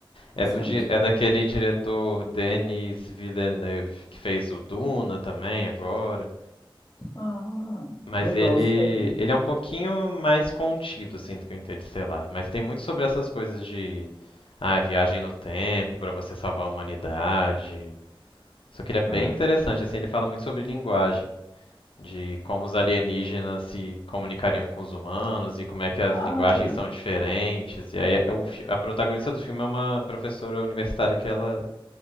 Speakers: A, on the left; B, on the left.
A: Nossa,
B: É do di-
A: na mesma
B: é
A: época.
B: daquele diretor Denis Villeneuve que fez o Duna também agora,
A: Ah,
B: mas
A: que legal,
B: ele
A: sério.
B: ele é um pouquinho mais contido, assim, do que o Interestelar. Mas tem muito sobre essas coisas de ah, viagem no tempo pra você salvar a humanidade. Só que ele é bem
A: Ah,
B: interessante, assim, ele fala muito sobre linguagem, de como os alienígenas se comunicariam com os humanos e como é que as
A: ai,
B: linguagens são diferentes. E aí é o fi- a protagonista do filme é uma professora universitária que ela